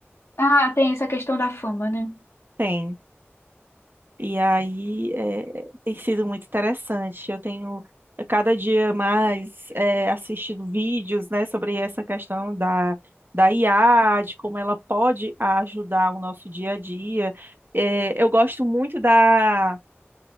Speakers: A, on the left; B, on the right.
A: Ah, tem essa questão da fama, né?
B: Tem. E aí é, tem sido muito interessante. Eu tenho eh, cada dia mais é, assistido vídeos, né, sobre essa questão da, da IA, de como ela pode ajudar o nosso dia a dia. É, eu gosto muito da,